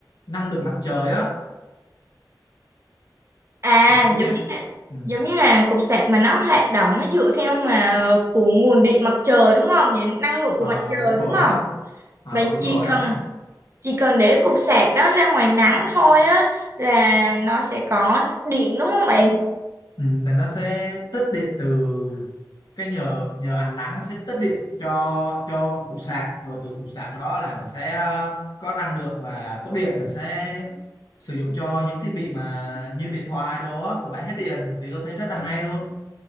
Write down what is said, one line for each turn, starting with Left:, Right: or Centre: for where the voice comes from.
Left: năng lượng mặt trời á
Right: À
Left: bạn có biết
Right: giống như là,
Left: ừ.
Right: giống như là cục sạc mà nó hoạt động nó dựa theo mà của nguồn điện mặt trời đúng không? Vậy năng lượng
Left: Ờ,
Right: của mặt trời
Left: đúng rồi
Right: đúng không?
Left: á Ờ,
Right: Bạn
Left: đúng
Right: chỉ
Left: rồi
Right: cần
Left: á là
Right: chỉ cần để cục sạc đó ra ngoài nắng thôi á là nó sẽ có điện đúng không bạn?
Left: Ừ, là nó sẽ tích điện từ cái nhờ nhờ ánh nắng nó sẽ tích điện cho cho cục sạc rồi từ cục sạc đó là mình sẽ ờ, có năng lượng và có điện mình sẽ sử dụng cho những thiết bị mà như điện thoại đồ á của bạn hết điện thì tôi thấy rất là hay luôn